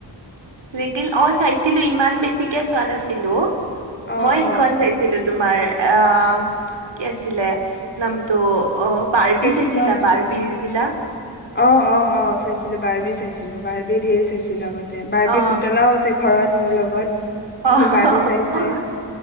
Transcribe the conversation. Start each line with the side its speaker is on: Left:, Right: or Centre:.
Right: লিটিল অ চাইছিলো ইমান বেছিকে চোৱা নাছিলো।
Left: অ
Right: মই
Left: অ
Right: সিখন চাইছিলো তোমাৰ অ কি আছিলে নামটো? অ বাৰ্বি
Left: কৃষ্ণৰ
Right: চাইছিলা বাৰ্বি? বিলাক
Left: অ অ অ চাইছিলো বাৰ্বি চাইছিলো বাৰ্বি ঢেৰ চাইছিলো আগত। বাৰ্বি
Right: অ
Left: পুতলাও আছে ঘৰত। মোৰ লগত
Right: অ আৰু
Left: বাৰ্বি চাই চাই